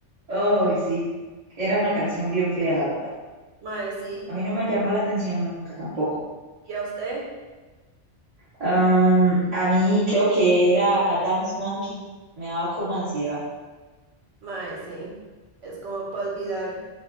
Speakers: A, on the right; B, on the right.
A: ay, sí, era una canción bien fea, la verdad.
B: Mae, sí.
A: A mí no me llamó la atención nunca tampoco.
B: ¿Y a usted?
A: Am, a mí creo que era Dance Monkey, me daba como ansiedad.
B: Mae, sí. Es como para olvidar.